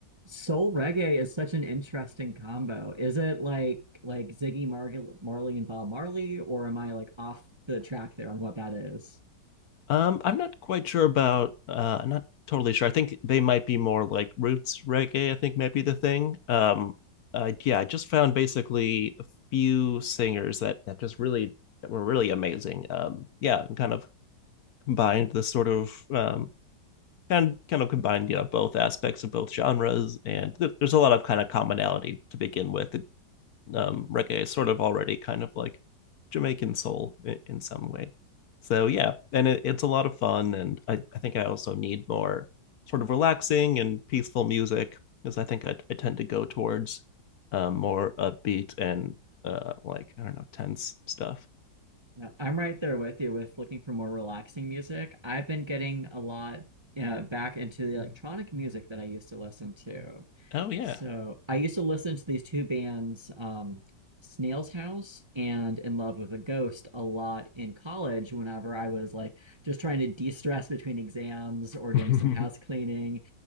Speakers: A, on the right (about 20°); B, on the left (about 60°).
A: Soul reggae is such an interesting combo. Is it like like Ziggy Mar Marley and Bob Marley, or am I like off the track there on what that is?
B: Um, I'm not quite sure about uh I'm not totally sure. I think they might be more like roots reggae, I think might be the thing. Um uh, yeah, I just found basically a few singers that that just really that were really amazing. Um yeah, and kind of combined the sort of um kind kind of combined you know both aspects of both genres and th- there's a lot of kind of commonality to begin with It, um reggae is sort of already kind of like jamaican soul in, in some way so yeah and it, it's a lot of fun and I, I think i also need more sort of relaxing and peaceful music because i think i, I tend to go towards um more upbeat and uh like i don't know tense stuff
A: Yeah, I'm right there with you with looking for more relaxing music. I've been getting a lot uh, back into the electronic music that I used to listen to.
B: oh yeah
A: So I used to listen to these two bands, um, Snail's House and In Love with a Ghost, a lot in college whenever I was like just trying to de-stress between exams or doing
B: <laughs>
A: some house cleaning.